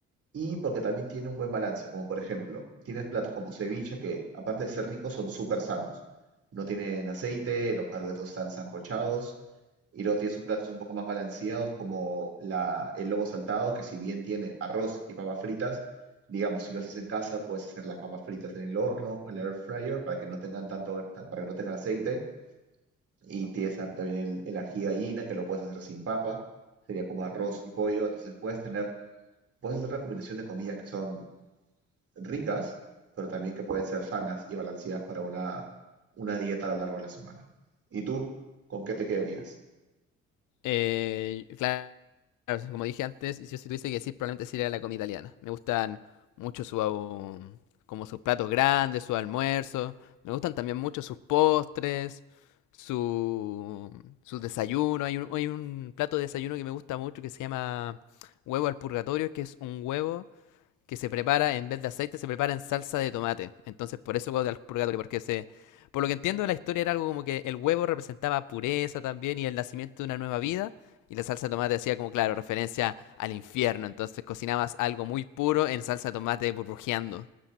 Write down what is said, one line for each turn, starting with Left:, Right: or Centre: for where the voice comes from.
Right: Y porque también tiene un buen balance, como por ejemplo, tienes platos como ceviche que, aparte de ser ricos, son súper sanos. No tienen aceite, los carbohidratos están sancochados, y luego tienes un platos un poco más balanceados como la, el lomo saltado, que si bien tiene arroz y papas fritas, digamos, si lo haces en casa, puedes hacer las papas fritas en el horno o en la air fryer para que no tengan tanto, para que no tengan aceite. Y tienes a- también el, el ají de gallina, que lo puedes hacer sin papa, sería como arroz y pollo. Entonces puedes tener, puedes hacer una combinación de comidas que son ricas, pero también que pueden ser sanas y balanceadas para una, una dieta a lo largo de la semana. ¿Y tú, con qué te quedarías?
Left: Eh, claro, como dije antes, yo si tuviese que decir, probablemente sería la comida italiana. Me gustan mucho su, um, como sus platos grandes, sus almuerzos. Me gustan también mucho sus postres, su, sus desayunos. Hay un, hay un plato de desayuno que me gusta mucho que se llama huevo al purgatorio, que es un huevo que se prepara en vez de aceite, se prepara en salsa de tomate. Entonces, por eso huevo del purgatorio, porque se. Por lo que entiendo, la historia era algo como que el huevo representaba pureza también y el nacimiento de una nueva vida. Y la salsa de tomate hacía como, claro, referencia al infierno. Entonces cocinabas algo muy puro en salsa de tomate burbujeando.